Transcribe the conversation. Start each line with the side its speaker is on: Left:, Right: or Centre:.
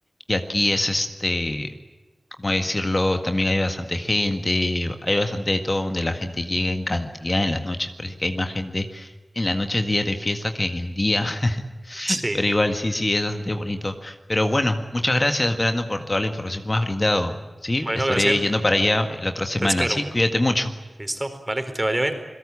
Left: y aquí es este, ¿cómo decirlo? También hay bastante gente, hay bastante de todo donde la gente llega en cantidad en las noches, parece que hay más gente en las noches, días de fiesta que en el día. <laughs>
Right: sí.
Left: pero igual sí, sí, es bastante bonito. Pero bueno, muchas gracias, Brando, por toda la información que me has brindado. Sí,
Right: Bueno,
Left: estaré
Right: Graciel,
Left: yendo para allá la otra semana.
Right: te espero.
Left: Sí, cuídate mucho.
Right: Listo, vale, que te vaya bien.